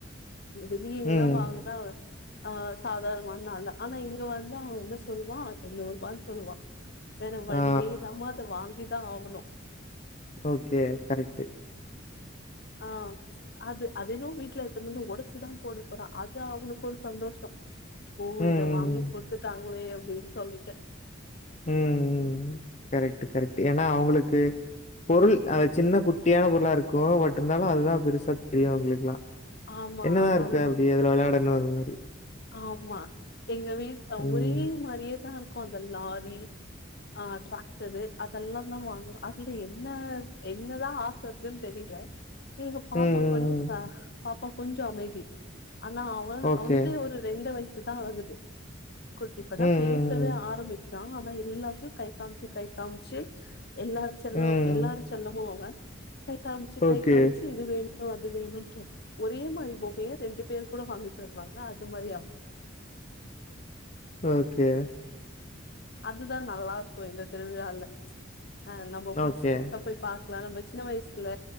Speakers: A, on the left; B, on the left.
A: <unintelligible> வெளியே எங்கனா
B: ம்.
A: வாங்கதா ஆ சாதாரணமான நாள் தான் ஆனா இங்க வந்து அவன் என்ன சொல்லுவான் ஐயோ ப்பான்னு சொல்லுவான் வேற வழியே
B: ஆ,
A: இல்லாம அதை வாங்கி தான் ஆகணும்
B: ஓகே கரெக்ட்டு
A: ஆ அது அது இன்னும் வீட்ல இருக்குதுனு உடைச்சுதான் போட போறான் அது அவனுக்கு ஒரு சந்தோஷம் ஓ
B: ம் ம்
A: இத வாங்கி கொடுத்துட்டாங்களே டேய்லி சொல்லிட்டேன்
B: உம் ம் கரெக்ட்டு கரெக்ட்டு ஏன்னா அவுங்களுக்கு பொருள் அதை சின்ன குட்டியான பொருளா இருக்கும் பட் இருந்தாலும் அதுதான் பெருசா தெரியும் அவுங்களுக்கெல்லாம்
A: ஆமா
B: என்னதா இருக்கு
A: அது
B: அப்டி அதுல வெளயாடணு ஒரு மாரி
A: ஆமா எங்க வீட் அவ்
B: ம்
A: ஒரே மாதிரியேதா க்கு அந்த லாரி ஆஹ் ட்ராக்டரு அதெல்லா தா வாங்குவா அதுல என்ன என்னதா ஆச இருக்குன் தெரிய்ல எங்க பாப்பா
B: ம் ம்
A: கொஞ்சம்
B: ம்
A: ச பாப்பா கொஞ்சம் அமைதி ஆனா அவ
B: ஓகே
A: அவனுக் க்கு ஒரு ரெண்டு வயசு சுத்தா ஆகுது குட் இப்பதா
B: ம்
A: பேசவே
B: ம்
A: ஆரம்பிச்சு ராவான எல்லாத்தையும் கை காமிச்சி கை காமிச்சி எல்லார் செல்ல
B: ம் ம்
A: எல்லாரு செல்லமு அவ கை காமிச்சு கை
B: ஓகே
A: காமிச்சு இது வேணும் அது வேணும்னு சொன்னான் ஒரே மாரி பொம்மையை ரெண்டு பேரு கூட வாங்கிட்டு வருவாங்க அஹ் அது மாரி ஆமா
B: ஓகே
A: அதுதான் நல்லா இருக்கும் இந்த திருவிழால அஹ் நம்ம புதுசு
B: ஓகே
A: புதுசா போய் பாக் க்கலா நம்ம சின்ன வயசுல